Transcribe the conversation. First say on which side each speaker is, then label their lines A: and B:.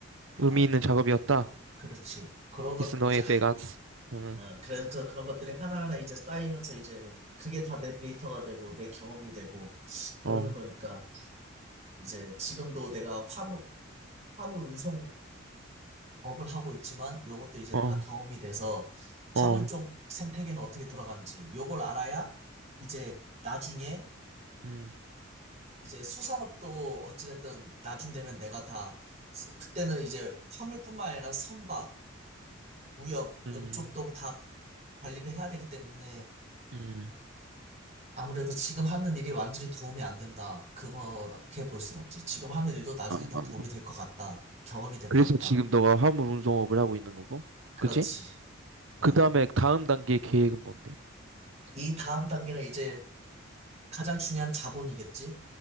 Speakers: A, on the right; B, on the right.
A: 배관.
B: 의미 있는 작업이었다.
A: 그렇지. 그런 것들이
B: It's 너의
A: 이제, 하-
B: 베간스. 응,
A: 어, 그래서 그런 것들이 하나하나 이제 쌓이면서 이제 그게 다 내 데이터가 되고 내 경험이 되고 그러는
B: 어,
A: 거니까 이제 지금도 내가 화물, 화물 운송 업을 하고 있지만 요것도 이제
B: 어,
A: 다 경험이 돼서
B: 어,
A: 화물 쪽 생태계는 어떻게 돌아가는지 요걸 알아야 이제 나중에
B: 음,
A: 이제 수산업도 어찌됐든 나중 되면 내가 다 쓰- 그때는 이제 화물뿐만 아니라 선박, 무역 요쪽도
B: 음,
A: 다 관리를 해야 되기 때문에
B: 음.
A: 아무래도 지금 하는 일이 완전히 도움이 안 된다. 그렇게 볼 수는 없지. 지금 하는 일도 나중에
B: 아, 아,
A: 다
B: 아.
A: 도움이 될 것 같다. 경험이 될 것
B: 그래서
A: 같다.
B: 지금 너가 화물 운송업을 하고 있는 거고,
A: 그렇지.
B: 그치?
A: 응.
B: 그 다음에 다음 단계 계획은 뭔데?
A: 이 다음 단계는 이제 가장 중요한 자본이겠지?